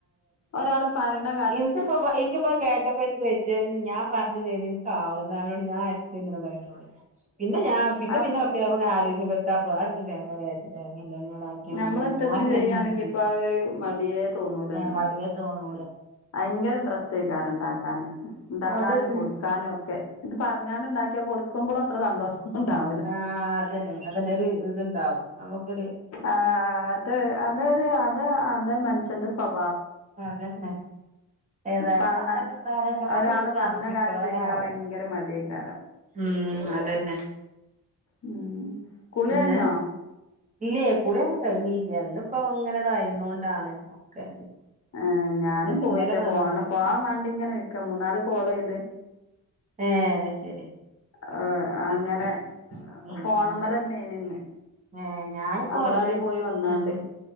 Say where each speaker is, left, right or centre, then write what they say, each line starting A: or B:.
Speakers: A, on the left (about 50°); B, on the right (about 25°).
A: ഒരാള് പറയ്ണെ
B: ഇനിക്ക്പ്പം പ്പോ ഇക്കപ്പം കേട്ടപ്പെ എനിക്ക് വെജെയ് ഞാൻ പറഞ്ഞതേനി ഇൻക്കാവുന്ന് അവരോട് ഞാൻ അരച്ചു തരുന്ന് <unintelligible> പിന്നെ ഞാ പിന്നെ
A: ആ
B: പിന്നെകൊറ്ച്ചെയ്ഞ്ഞപ്പംങ്ങനെ ആലോചിച്ചപ്പം എത്താപ്പം <unintelligible> തേങ്ങ ലേസം തേങ്ങ ആക്കിയാൽ
A: ഞമ്മളെ
B: മതിയല്ലേ
A: ഇഷ്ടത്തിന്
B: ഞാനെന്നെ
A: ചെയ്യാണെങ്കി
B: ചിന്തിച്ച്
A: ഇപ്പ അത് ഒരു മടിയേ തോന്നൂലല്ലോ
B: വടിയേ തോന്ന
A: ഭയങ്കര ഇൻട്രസ് ടെയ്ക്കാരം ഇണ്ടാക്കാന് ഇണ്ടാക്കാനും
B: അതന്നെ
A: കൊടുക്കാനും ഒക്കെ ഇത് പറഞ്ഞാ ഇണ്ടാക്കിയ കൊടു കൊടുക്കുമ്പോൾ അത്ര സന്തോഷം. ഉണ്ടാവൂല
B: ആ അതെന്നെ അതെനെ ഒരു ഇതുണ്ടാവും നമ്മക്കൊരു
A: ആ അത് അതൊരു അത് അത് മനുഷ്യന്റെ സ്വഭ
B: അതന്നെ. ഏതായാലും
A: പറഞ്ഞാൽ
B: പ്പം അങ്ങനൊക്കെ <unintelligible> അസറ്ബ്ങ്ക്
A: ഒരാള്
B: കൊടുത്തിട്ട് വേണം
A: പറഞ്ഞ കാര്യം
B: <unintelligible>
A: ചെയ്യാൻ
B: <unintelligible> ആവില്ല.
A: ഭയങ്കര മടിയേക്കാരം
B: ഉം അതന്നെ.
A: ഉം കുളി
B: പിന്നെ
A: കഴിഞ്ഞോ?
B: ഇല്ലേ കുളിയൊക്കെ കഴിഞ്ഞില്ലേ അന്ന് ഇപ്പോ ഇങ്ങനെട ആയത് കൊണ്ടാണ് ഒക്കെ.
A: ഏഹ് ഞാനും പോയില്ല
B: ഇന്നലെ നല്ലോണം
A: പോണം
B: തുടച്ചു
A: പോവാൻ മാണ്ടി ഇങ്ങനെ നിക്ക മൂന്നാല് കോളെയ്ത്
B: ഏഹ് ശരി.
A: ഹ് അങ്ങനെ.
B: പിന്നെ ഉം
A: ഫോണിമ്മലന്നെനി
B: ഉം
A: ഇന്ന്
B: ഏഹ് ഞാനിപ്പോ
A: അംഗനവാടി
B: ഒന്ന്
A: പോയി വന്നാണ്ട്.
B: ഉം